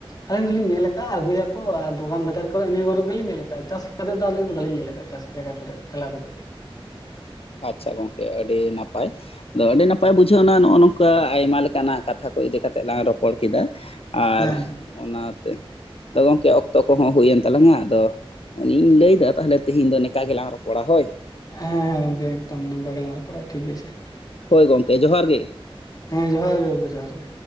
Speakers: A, on the left; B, on the left.
A: ᱟᱹᱞᱤᱧ ᱫᱚᱞᱤᱧ ᱧᱮᱞ ᱟᱠᱟᱫᱼᱟ ᱟᱹᱜᱩᱭᱟᱠᱚ ᱟᱨ ᱫᱚᱠᱟᱱ ᱵᱟᱡᱟᱨ ᱠᱚᱨᱮ ᱱᱤᱭᱟᱹ ᱵᱚᱨ ᱜᱮᱞᱮᱧ ᱧᱮᱞ ᱟᱠᱟᱫᱼᱟ ᱪᱟᱥ ᱠᱟᱛᱮᱫ ᱫᱚ ᱟᱹᱞᱤᱧ ᱫᱚ ᱵᱟᱞᱤᱧ ᱧᱮᱞ ᱟᱠᱟᱫᱼᱟ ᱪᱟᱥ ᱡᱟᱭᱜᱟ ᱠᱚᱨᱮ ᱪᱟᱞᱟᱣ ᱠᱟᱛᱮᱫ
B: ᱟᱪᱪᱷᱟ ᱜᱚᱝᱠᱮ ᱟᱹᱰᱤ ᱱᱟᱯᱟᱭ ᱟᱫᱚ ᱟᱹᱰᱤ ᱱᱟᱯᱟᱭ ᱵᱩᱡᱷᱟᱹᱣ ᱮᱱᱟ ᱱᱚᱜᱼᱚ ᱱᱚᱝᱠᱟ ᱟᱭᱢᱟ ᱞᱮᱠᱟᱱᱟᱜ ᱠᱟᱛᱷᱟ ᱠᱚ ᱤᱫᱤ ᱠᱟᱛᱮᱫ ᱞᱟᱝ ᱨᱚᱯᱚᱲ ᱠᱮᱫᱟ᱾ ᱟᱨ
A: ᱦᱮᱸ
B: ᱚᱱᱟ ᱛᱮ ᱛᱚ ᱜᱚᱢᱠᱮ ᱚᱠᱛᱚ ᱠᱚᱦᱚᱸ ᱦᱩᱭᱮᱱ ᱛᱟᱞᱟᱝᱟ ᱟᱫᱚ ᱚᱱᱮᱧ ᱞᱟᱹᱭᱫᱟ ᱛᱟᱦᱞᱮ ᱛᱮᱦᱮᱧ ᱫᱚ ᱱᱮᱠᱟ ᱜᱮᱞᱟᱝ ᱨᱚᱯᱚᱲᱟ ᱦᱳᱭ
A: ᱦᱮᱸ ᱦᱮᱸ ᱜᱚᱝᱠᱮ ᱮᱠᱫᱚᱢ ᱱᱚᱝᱠᱟ ᱜᱮᱞᱟᱝ ᱨᱚᱯᱚᱲᱟ ᱴᱷᱤᱠ ᱟᱪᱷᱮ᱾
B: ᱦᱳᱭ ᱜᱚᱝᱠᱮ ᱡᱚᱦᱟᱨ ᱜᱮ᱾
A: ᱦᱮᱸ ᱡᱚᱦᱟᱨ ᱜᱮ ᱜᱚᱝᱠᱮ ᱡᱚᱦᱟᱨ ᱜᱮ